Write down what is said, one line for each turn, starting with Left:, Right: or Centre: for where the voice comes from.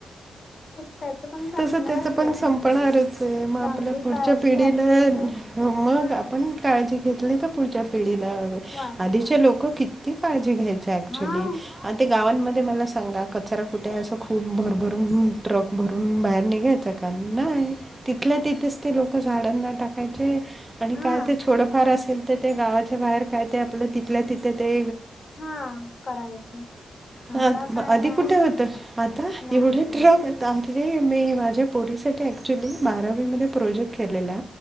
Left: त्याच पण संपणारच
Right: तसं त्याचं पण
Left: एक
Right: संपणारच
Left: ना एक दिवस
Right: आहे मग
Left: चांगली
Right: आपल्या पुढच्या
Left: काळजी
Right: पिढीला
Left: घातले तर,
Right: मग
Left: हा...
Right: आपण काळजी घेतली तर पुढच्या पिढीला
Left: वाढणार
Right: आधीचे
Left: आहे.
Right: लोक किती काळजी घ्याय ॲक्चुली.
Left: हा
Right: आ ते गावांमध्ये मला सांगा कचरा कुठे असं खूप भरभरून ट्रक भरून बाहेर निघायचा का? पण नाही तिथल्या तिथेच ते लोक झाडांना टाकायचे. आणि
Left: हा
Right: काय ते छोडंफार असेल तर, ते गावाच्या बाहेर काय ते आपलं तिथल्या तिथे ते
Left: हा करायचे.
Right: ह
Left: आता काय
Right: आधी
Left: नाही
Right: कुठे होत आता
Left: नाही
Right: एवढे
Left: होत
Right: ट्रक
Left: नाही
Right: य
Left: होत
Right: आ नाहीये नाहीये माझ्या पोरीसाठी ऍक्च्युली बारावीमध्ये प्रोजेक्ट केलेला.